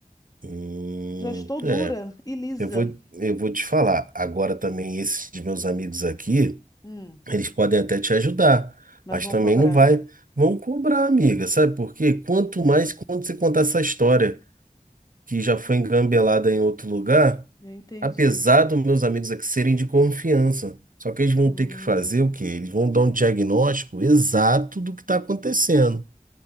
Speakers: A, on the right (about 70°); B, on the left (about 25°).
A: Hum,
B: Já estou dura
A: é,
B: e lisa.
A: eu vou eu vou te falar. Agora também esses de meus amigos aqui,
B: Hum,
A: eles podem até te ajudar,
B: mas
A: mas
B: vão
A: também
B: cobrar,
A: não vai
B: né?
A: vão cobrar, amiga, sabe? por quê? quanto mais quando você contar essa história que já foi engambelada em outro lugar,
B: Eu entendi.
A: apesar dos meus amigos aqui serem de confiança, só que eles vão
B: Hum,
A: ter que fazer o quê? Eles vão dar um diagnóstico exato do que está acontecendo.